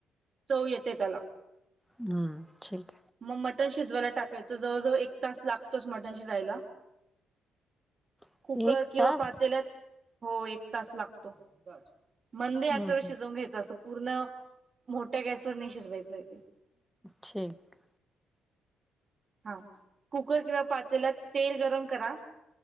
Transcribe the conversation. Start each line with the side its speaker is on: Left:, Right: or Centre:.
Right: चव येते त्याला
Centre: हम्म ठीक
Right: मग मटण शिजवायला टाकायचं जवळजवळ एक तास लागतोच मटन शिजायला
Centre: आहे.
Right: कुकर किंवा
Centre: तास?
Right: पातेलात हो एक एक तास लागतो बर मंद आचेवर
Centre: हं,
Right: शिजवून
Centre: हं,
Right: घ्यायचं असं पूर्ण मोठ्या गॅसवर नाही शिजवायचं ते
Centre: ठीक
Right: हा कुकर किंवा पातेला तेल गरम करा